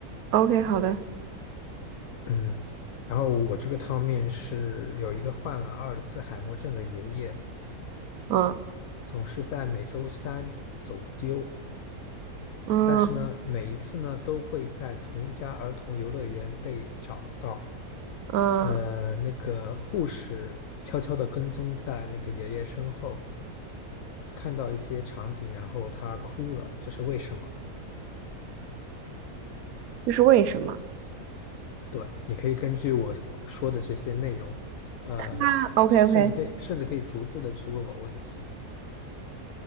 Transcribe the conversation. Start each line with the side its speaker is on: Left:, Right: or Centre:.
Right: ，OK，好的，
Left: 嗯，然后我这个汤面是有一个患了阿尔茨海默症的爷爷，
Right: 嗯
Left: 总是在每周三走丢，
Right: 嗯
Left: 但是呢，每一次呢都会在同一家儿童游乐园被找到。
Right: 嗯，
Left: 呃，那个护士悄悄地跟踪在那个爷爷身后，看到一些场景，然后他哭了，这是为什么？
Right: 这是为什么？
Left: 对，你可以根据我说的这些内容，呃，
Right: 那 OK
Left: 甚至可以甚至可以逐字的去问我问题。
Right: OK